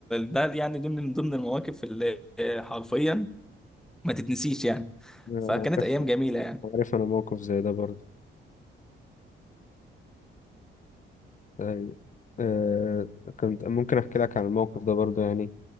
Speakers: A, in the centre; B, on the left.
A: ده يعني دي من ضمن المواقف اللي حرفيا ما تتنسيش يعني
B: انا
A: فكانت
B: عارف
A: ايام جميلة يعني
B: أنا عارف انا موقف زي ده برضه ايوه آه كنت ممكن احكي لك عن الموقف ده برضه يعني